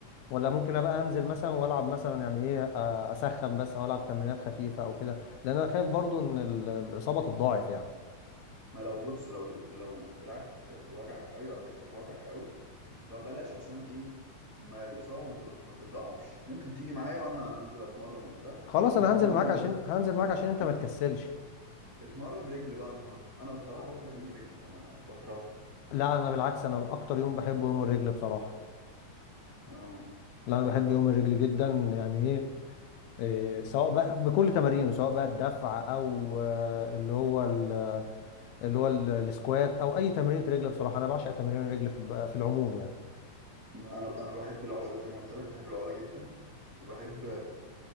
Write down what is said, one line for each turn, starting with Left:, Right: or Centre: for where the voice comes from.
Left: ولا ممكن ابقى انزل مثلا والعب مثلا يعني ايه آه، اسخن بس او العب تمرينات خفيفه او كده لان انا خايف برضو ان ال- الاصابه تتضاعف يعني
Right: ما لو بص لو لو دراعك وجعك قوي او كتفك وجعك قوي فبلاش عشان ايه ما الاصابه ما تت- ما تتضاعفش ممكن تيجي معايا وانا انزل اتمرن وبتاع
Left: خلاص
Right: وانت
Left: انا
Right: اتمرن
Left: هنزل معاك عشان هنزل معاك عشان انت
Right: ممكن
Left: ما تكسلش
Right: اتمرن رجل بقى النهارده انا بصراحه بكره يوم الرجل انا بكرهه
Left: لا انا بالعكس انا اكتر يوم بحبه يوم الرجل بصراحه
Right: أو-
Left: لا انا بحب يوم الرجل جدا يعني ايه إيه، سواء بقى بكل تمارينه سواء بقى الدفع او آه، اللي هو ال- اللي هو ال- السكوات او اي تمرين رجل بصراحه انا بعشق تمارين الرجل في الب- في العموم يعني
Right: انا انا بحب العقله زي ما قلت لك بحب العقله جدا وبحب